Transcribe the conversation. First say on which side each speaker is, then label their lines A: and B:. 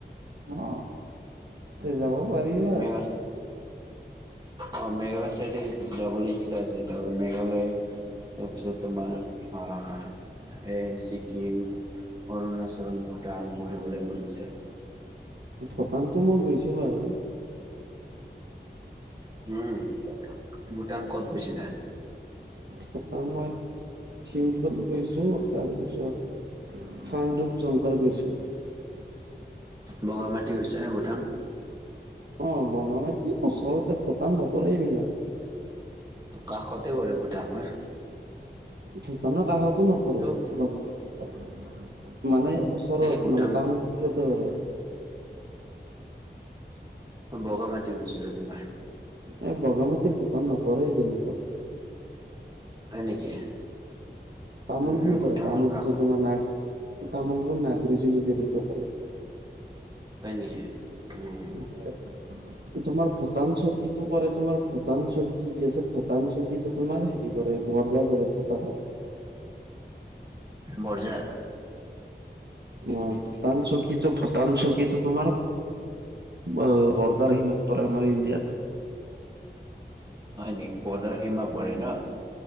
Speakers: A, on the right; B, on the right.
A: অ যাব পাৰিবা আৰু।
B: মেঘালয় অ মেঘালয় চাইডে যাবলৈ ইচ্ছা আছে তাৰ মানে মেঘালয় তাৰপিছত তোমাৰ আহ এ ছিকিম অৰুণাচল ভূটান ঘূৰিবলে মন আছে।
A: ভূটানটো মই গৈছো বাৰু।
B: উম ভূটান ক'ত গৈছিলা।
A: ভূটান মই। চিমফল গৈছো তাৰপিছত চানধূপ জংঘল গৈছো।
B: বগা মাটি গৈ হৈছে নে, ভূটান?
A: অ, বগা মাটি ওচৰতে, ভূটান নপৰে এইবিলাক।
B: কাষতে পাৰে ভূটানৰ।
A: ভূটানৰ কাষতো নপৰে
B: টোপ
A: বগা মাটিতো। মানে ওচৰত
B: এই ভূটান
A: মানে তামোলপুৰতে পৰে।
B: বগা মাটি গৈছিলে, তোমাৰ।
A: এই বগা মাটি ভূটান নপৰে যেনেকু
B: হয় নেকি?
A: তামোলপুৰ
B: উম ভূটানৰ
A: পৰে, তামোলপুৰ
B: কাষ
A: তোমাৰ নাগ, তামোলপুৰ নাগৰিজনী কেনেকুৱা পৰে।
B: হয় নেকি? উম,
A: হয়, তোমাৰ ভূটান <inaudible> পৰে তোমাৰ ভূটান চক কি যি আছে, ভূটান চকীতো তোমাৰ হেৰি পৰে, বৰ্দাৰ পৰে ভূটানত।
B: বৰঝাৰ।
A: অ, ভূটান চকীটো ভূটান চকীটো তোমাৰ অ, বৰ্দাৰ সীমত পৰে, আমাৰ ইণ্ডিয়াত।
B: হয় নি, বৰ্দাৰ সীমা পৰে ন,